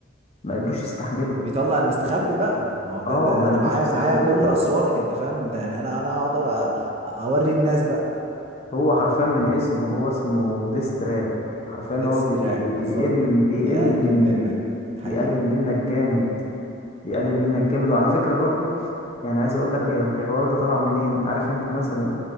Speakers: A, on the left (about 30°); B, on the right (about 30°).
A: ما قدروش يستحملوا
B: بيطلع المستخبي بقى ما هو ده
A: اه
B: ده
A: ما
B: انا
A: قدروش
B: معايا
A: يستحملوا
B: معايا كل اسرارك انت فاهم انت يعني انا انا اقدر أ- اوري الناس بقى
A: هو حرفيا من اسمه هو اسمه ديستراك حرفيا
B: ديستراك
A: هو بي بي بيقل
B: بالظبط
A: بيقل
B: بيقلل منك
A: بي
B: حقيقي
A: بيقلل منك جامد بيقلل منك جامد وعلى فكرة برضو يعني عايز اقول لك هي الحوار ده طالع منين عارف انت مثلا